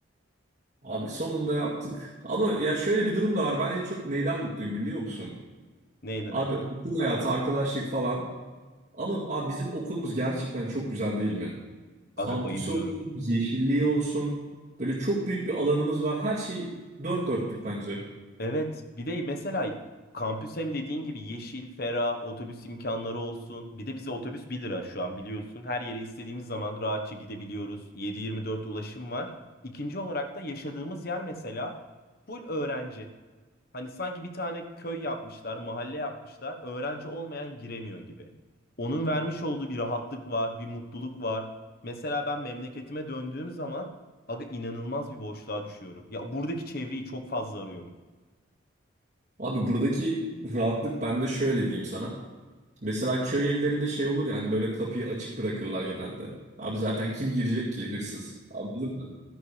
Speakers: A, on the right; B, on the left.
A: Abi sonunda yaptık. Ama ya şöyle bir durum da var. Ben en çok neyden mutluyum biliyor musun?
B: Neyden
A: Abi
B: aga?
A: okul hayatı, arkadaşlık falan. Ama abi bizim okulumuz gerçekten çok güzel değil mi? Kampüsü
B: Aga bayılıyorum.
A: olsun, yeşilliği olsun. Böyle çok büyük bir alanımız var. Her şey dört dörtlük bence.
B: Evet bir de mesela kampüs hem dediğin gibi yeşil, ferah, otobüs imkanları olsun. Bir de bize otobüs bir lira şu an biliyorsun. Her yere istediğimiz zaman rahatça gidebiliyoruz. Yedi yirmi dört ulaşım var. İkinci olarak da yaşadığımız yer mesela full öğrenci. Hani sanki bir tane köy yapmışlar, mahalle yapmışlar. Öğrenci olmayan giremiyor gibi. Onun vermiş olduğu bir rahatlık var, bir mutluluk var. Mesela ben memleketime döndüğüm zaman aga inanılmaz bir boşluğa düşüyorum. Ya buradaki çevreyi çok fazla arıyorum.
A: Abi buradaki rahatlık ben de şöyle diyeyim sana. Mesela köy evlerinde şey olur ya hani böyle kapıyı açık bırakırlar genelde. Abi zaten kim girecek ki hırsız? Anladın mı?